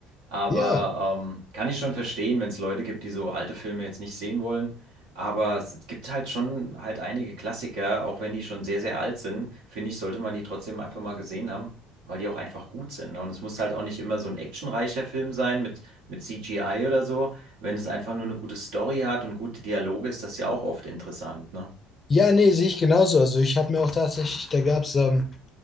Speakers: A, on the right (about 70°); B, on the left (about 30°).
A: Aber
B: Ja,
A: ähm, kann ich schon verstehen, wenn es Leute gibt, die so alte Filme jetzt nicht sehen wollen. Aber es gibt halt schon halt einige Klassiker, auch wenn die schon sehr, sehr alt sind, finde ich, sollte man die trotzdem einfach mal gesehen haben, weil die auch einfach gut sind. Ne? Und es muss halt auch nicht immer so ein actionreicher Film sein mit, mit CGI oder so wenn es einfach nur eine gute Story hat und gute Dialoge, ist das ja auch oft interessant, ne?
B: ja, nee, sehe ich genauso. Also ich habe mir auch tatsächlich, da gab es ähm,